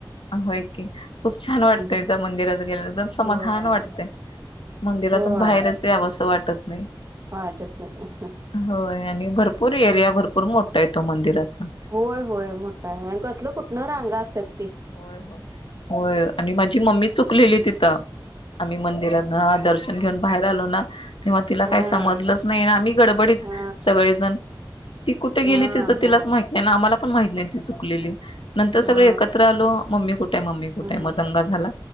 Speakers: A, on the left (about 80°); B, on the right (about 35°).
A: होय की, खूप छान वाटतंय
B: हम्म
A: त्या मंदिरात गेल्यावर एकदम समाधान
B: होय
A: वाटतंय. मंदिरातून
B: होय
A: बाहेरच यावस वाटत नाही.
B: वाटत नाही
A: होय आणि भरपूर एरिया भरपूर मोठा आहे तो मंदिराचा.
B: होय होय मोठा आहे आणि कसलं कुठनं रांगा असत्यात.
A: होय होय होय आणि माझी मम्मी चुकलेली
B: हा
A: तिथं. आम्ही मंदिरात हा दर्शन न घेऊन बाहेर आलो ना तेव्हा तिला
B: हा
A: काही समजलंच नाही आम्ही गडबडीत
B: हा
A: सगळेजण ती कुठं गेली
B: हा
A: तिचं तिलाच
B: होय
A: माहित नाही ना आम्हाला पण माहित नाही ती चुकलेली नंतर सगळे
B: हा
A: एकत्र आलो, मम्मी कुठंय? मम्मी कुठंय?
B: हा
A: मग दंगा झाला